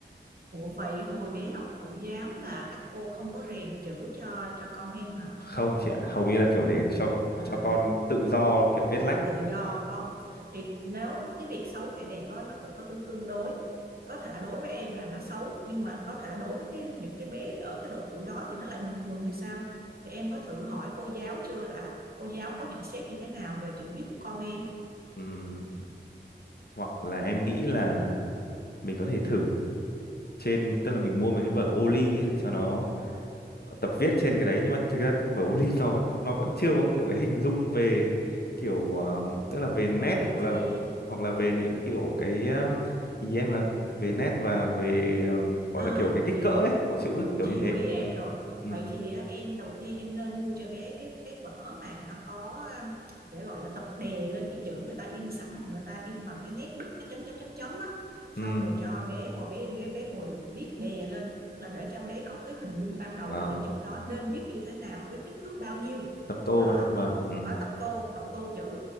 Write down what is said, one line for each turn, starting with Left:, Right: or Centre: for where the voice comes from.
Right: ủa vậy hồi bé học mẫu giáo là các cô không có rèn chữ cho cho con em hả
Left: không chị ạ hầu như là kiểu để cho
Right: à,
Left: cho con tự do kiểu viết lách
Right: tự tự do phải không thì nếu cái việc xấu hay đẹp đó nó cũng có tính tương đối có thể đối với em là nó xấu nhưng mà có thể đối với cái những cái bé ở cái độ tuổi đó thì nó lại bình thường thì sao thì em có thử hỏi cô giáo chưa là cô giáo có nhận xét như thế nào về chữ viết của con em
Left: Ừm, hoặc là em nghĩ là mình có thể thử trên tức là mình mua mấy cái vở ô ly ấy để cho nó tập viết trên cái đấy nhưng mà thực ra vở ô ly nó vẫn nó vẫn chưa có kiểu cái hình dung về kiểu ờm, tức là về nét
Right: vậy
Left: hoặc
Right: thì
Left: là hoặc là về những kiểu cái ờ, ý em là về nét và về ờm, gọi
Right: à
Left: là kiểu cái kích
Right: chị
Left: cỡ
Right: hiểu
Left: ấy của chữ ấy, kiểu
Right: chị
Left: như
Right: hiểu
Left: thế
Right: ý em rồi
Left: ừ
Right: vậy thì á, em đầu tiên em nên mua cho bé cái cái vở mà nó có um, để gọi là tập đè lên cái chữ người ta in sẵn mà người ta in bằng cái nét đứt cái chấm chấm chấm chấm á xong
Left: ừ
Right: rồi cho bé ngồi bé bé bé ngồi viết đè lên tức là để cho bé có cái hình dung ban đầu
Left: à,
Right: là cái chữ đó nên viết như thế nào với kích thước bao nhiêu
Left: tập tô
Right: đó
Left: ấy vâng ừ
Right: bà tập tô tập tô chữ